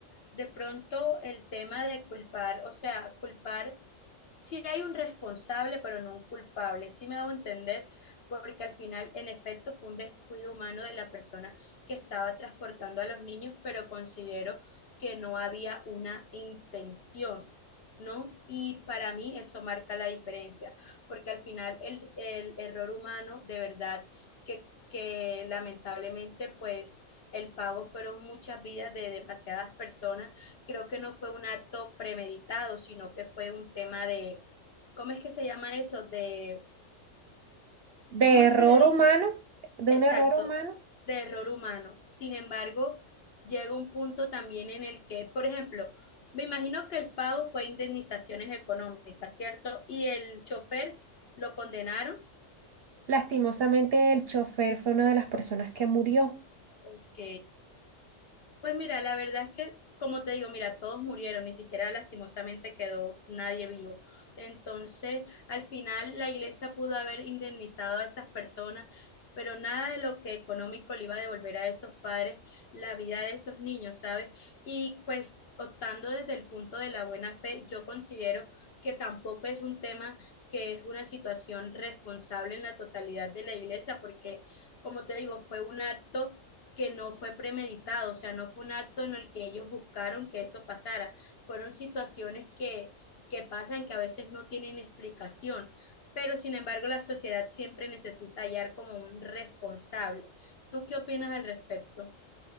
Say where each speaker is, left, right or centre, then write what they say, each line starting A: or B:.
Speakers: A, on the left (about 55°); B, on the right (about 60°).
A: De pronto el tema de culpar, o sea, culpar si hay un responsable, pero no un culpable, si me hago entender, porque al final, en efecto, fue un descuido humano de la persona que estaba transportando a los niños, pero considero que no había una intención, ¿no? Y para mí eso marca la diferencia, porque al final el, el error humano, de verdad, que, que lamentablemente, pues, el pago fueron muchas vidas de demasiadas personas creo que no fue un acto premeditado, sino que fue un tema de, ¿cómo es que se llama eso? De,
B: de
A: ¿cómo es
B: error
A: que le dicen?
B: humano, de
A: Exacto,
B: un error humano.
A: de error humano. Sin embargo, llega un punto también en el que, por ejemplo, me imagino que el pago fue indemnizaciones económicas, ¿cierto? Y el chofer lo condenaron.
B: Lastimosamente, el chofer fue una de las personas que murió.
A: Ok. Pues mira, la verdad es que, como te digo, mira, todos murieron, ni siquiera lastimosamente quedó nadie vivo. Entonces, al final, la iglesia pudo haber indemnizado a esas personas, pero nada de lo que económico le iba a devolver a esos padres la vida de esos niños, ¿sabes? Y pues, optando desde el punto de la buena fe, yo considero que tampoco es un tema que es una situación responsable en la totalidad de la iglesia, porque, como te digo, fue un acto que no fue premeditado, o sea, no fue un acto en el que ellos buscaron que eso pasara, fueron situaciones que, que pasan que a veces no tienen explicación, pero sin embargo la sociedad siempre necesita hallar como un responsable. ¿Tú qué opinas al respecto?